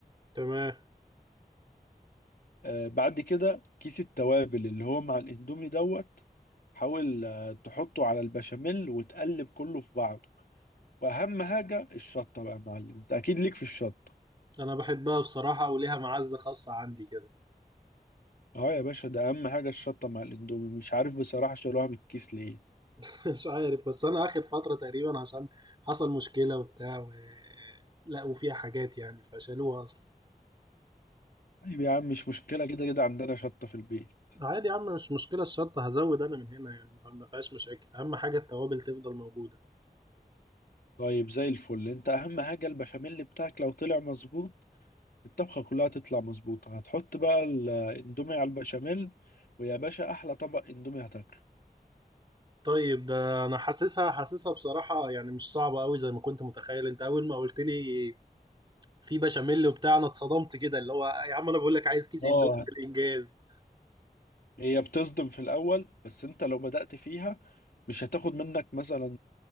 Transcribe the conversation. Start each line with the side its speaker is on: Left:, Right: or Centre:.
Right: تمام
Left: آه، بعد كده كيس التوابل اللي هو مع الاندومي دوت حاول آه، تحطه على البشاميل وتقلب كله في بعضه واهم حاجه الشطه بقى يا معلم انت اكيد ليك في الشطه
Right: أنا بحبها بصراحة وليها معزة خاصة عندي كده
Left: اه يا باشا ده اهم حاجه الشطه مع الاندومي مش عارف بصراحه شالوها من الكيس ليه
Right: <laughs> مش عارف بس انا اخر فتره تقريبا عشان حصل مشكله وبتاع و... لقوا فيها حاجات يعني فشالوها اصلا
Left: طيب يا عم مش مشكله كده كده عندنا شطه في البيت
Right: عادي يا عم مش مشكله الشطه هزود انا من هنا يعني ما ما فيهاش مشاكل اهم حاجه التوابل تفضل موجوده
Left: طيب زي الفل انت اهم حاجه البشاميل بتاعك لو طلع مظبوط الطبخه كلها تطلع مظبوطه هتحط بقى الاندومي على البشاميل ويا باشا احلى طبق اندومي هتاكله
Right: طيب ده انا حاسسها حاسسها بصراحه يعني مش صعبه قوي زي ما كنت متخيل انت اول ما قلت لي في بشاميل وبتاع انا اتصدمت كده اللي هو يا عم انا بقول لك عايز كيس
Left: اه
Right: اندومي بالانجاز
Left: هي بتصدم في الأول بس أنت لو بدأت فيها مش هتاخد منك مثلا